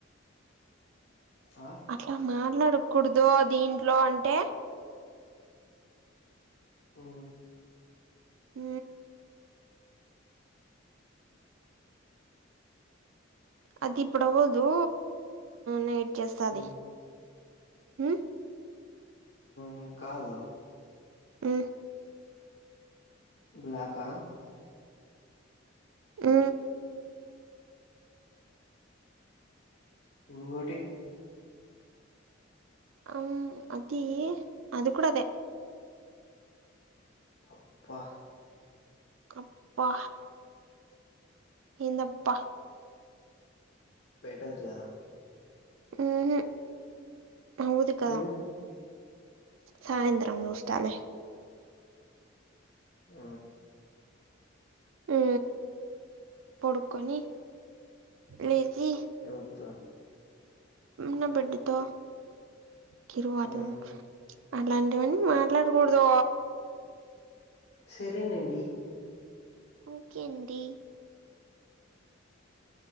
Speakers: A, on the left; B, on the right.
A: ఆ
B: అట్లా మాట్లాడకూడదు దీంట్లో అంటే
A: ఉ
B: ఉ అంటే ఇప్పుడు అవ్వదు నైట్ చేస్తాది
A: మ్మ్
B: మ్
A: మ్ కాదు
B: మ్
A: బ్లాక్ ఆ
B: ఉ
A: ఉ ఇంగోటి
B: ఉ అతి అది కూడా అదే
A: అబ్బా
B: అబ్బ ఎందబ్బా
A: పెట్టచుగద
B: ఉహు అవదు గ
A: ఏమి
B: సాయంత్రం చూస్తాలె
A: ఉ
B: ఉ పడుకొని లేచీ
A: ఎవరితో
B: నా బిడ్డతో <unintelligible> కిరు మాట
A: మ్మ్
B: అలాంటివన్ని మాట్లాడకూడదు
A: సరేనండి
B: ఇంకేంటి